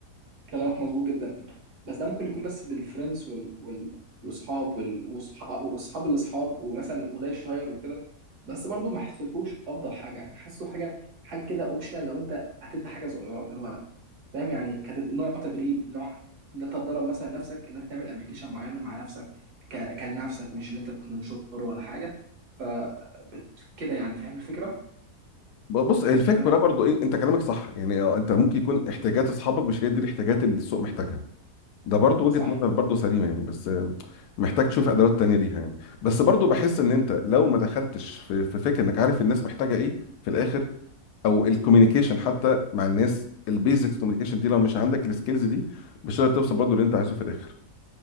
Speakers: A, on the right; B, on the left.
A: كلامك مظبوط جدا بس ده ممكن يكون بس بالفريندز وال... وال... والاصحاب وال... واصحاب واصحاب الاصحاب ومثلا وده يشير وكده بس برضو ما حسيتهوش افضل حاجه يعني حاسه حاجه حاجه كده اوبشنال لو انت هتبدا حاجه صغيره اللي هو فاهم يعني كتد... نوع تدريب نوع ان انت تدرب مثلا نفسك ان انت تعمل ابلكيشن معين مع نفسك ك... كلنفسك مش ان انت تنشره ولا حاجه ف بت- كده يعني فاهم الفكره
B: ب- بص هي الفكره
A: أم،
B: كلها برضو ايه انت كلامك صح يعني آه، انت ممكن يكون احتياجات اصحابك مش هي دي الاحتياجات اللي السوق محتاجها ده برضو وجهه
A: صح
B: نظر برضو سليمه يعني بس آه، محتاج تشوف ادوات تانية ليها يعني بس برضو بحس ان انت لو ما دخلتش في في فكره انك عارف الناس محتاجه ايه في الاخر او الكوميونيكيشن حتى مع الناس البيزكس كوميونيكيشن دي لو مش عندك السكيلز دي مش هتقدر توصل برضو اللي انت عايزه في الاخر